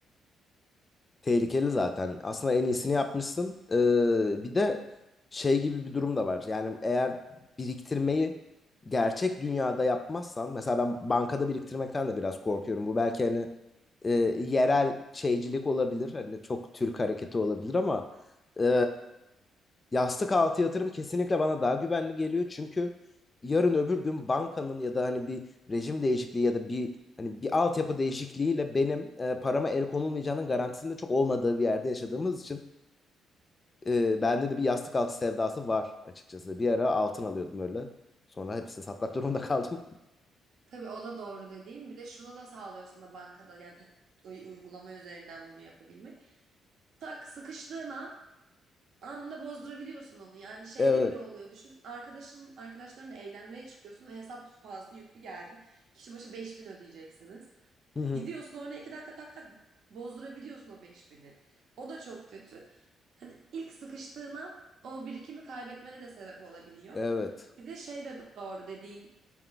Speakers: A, on the left; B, on the right.
A: Tehlikeli zaten. Aslında en iyisini yapmışsın. Ee, bir de şey gibi bir durum da var. Yani eğer biriktirmeyi gerçek dünyada yapmazsan, mesela ben bankada biriktirmekten de biraz korkuyorum. Bu belki hani e, yerel şeycilik olabilir. Hani çok Türk hareketi olabilir ama e, yastık altı yatırım kesinlikle bana daha güvenli geliyor. Çünkü yarın öbür gün bankanın ya da hani bir rejim değişikliği ya da bir hani bir altyapı değişikliğiyle benim e, parama el konulmayacağının garantisinde çok olmadığı bir yerde yaşadığımız için e, bende de bir yastık altı sevdası var açıkçası. Bir ara altın alıyordum öyle. Sonra hepsini satmak durumunda kaldım.
B: Tabii o da doğru dediğin. Bir de şunu da sağlıyor sana bankada yani u- uygulama üzerinden bunu yapabilmek. Tak sıkıştığın an anında bozdurabiliyorsun onu. Yani şeyde
A: <laughs> Evet.
B: bile oluyor. Düşün arkadaşın arkadaşlarınla eğlenmeye çıkıyorsun ve hesap fazla yüklü geldi. Kişi başı 5000 ödeyeceksiniz.
A: Hı hı.
B: Gidiyorsun orada iki dakika tak tak bozdurabiliyorsun o beş bini. O da çok kötü. Hani ilk sıkıştığın an o birikimi kaybetmene de sebep olabiliyor.
A: Evet.
B: Bir de şey de doğru dediğin